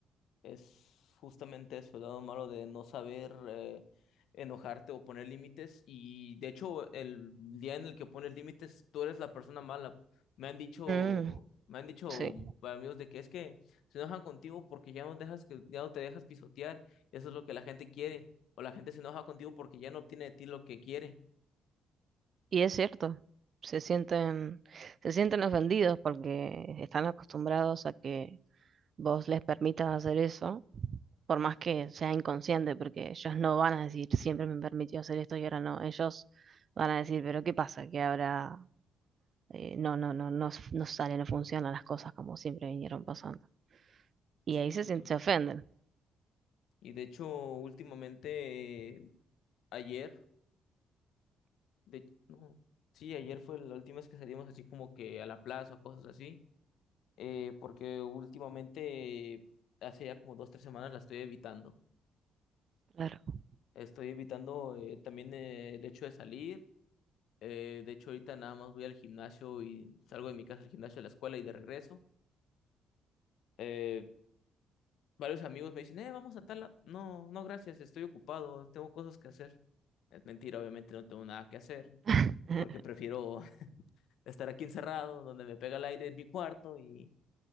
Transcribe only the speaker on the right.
Mm,
sí,
y es cierto, se sienten, se sienten ofendidos porque están acostumbrados a que vos les permitas hacer eso, por más que sea inconsciente, porque ellos no van a decir siempre me permitió hacer esto y ahora no, ellos van a decir, pero ¿qué pasa? Que ahora eh, no, no, no, no, no sale, no funcionan las cosas como siempre vinieron pasando. Y
ahí se, sien- se ofenden.
Claro.
<laughs>